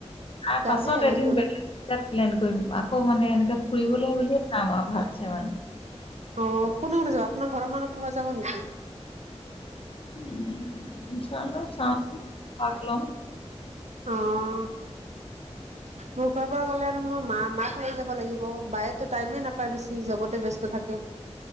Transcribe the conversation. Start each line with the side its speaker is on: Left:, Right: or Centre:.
Left: তাৰ
Right: যামেই
Left: পাছত
Right: সেইটো
Left: এদিন বেলেগ প্লেন কৰিম আকৌ মানে এনেকে ফুবলৈ বুলিয়ে যাম আৰু ভালছে মানে।
Right: অঁ কোনে কোনে যাব আপোনাৰ ঘৰৰ মানুহ কোনোবা যাব নেকি?
Left: উম, চাই লওঁ চাওচোন কাক লওঁ।
Right: অ', মোৰ ঘৰৰ পৰা গ'লে আৰু মোৰ মা মাক লৈ যাব লাগিব, বাইয়েতো টাইমে নাপায় বেছি জবতে ব্যস্ত থাকে।